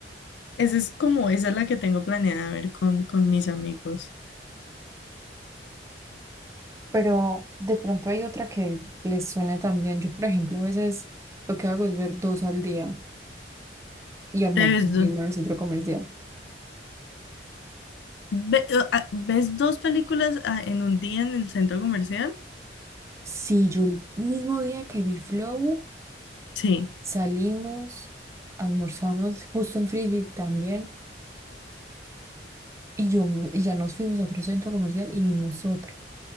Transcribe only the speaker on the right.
Pero de pronto hay otra que les suena también. Yo, por ejemplo, a veces lo que hago es ver dos al día y almuerzo
bien
en el centro comercial.
Sí, yo el mismo día que vi Flow,
salimos, almorzamos justo en Frisbee también. Y yo y ya nos fuimos a otro centro comercial y vimos otra.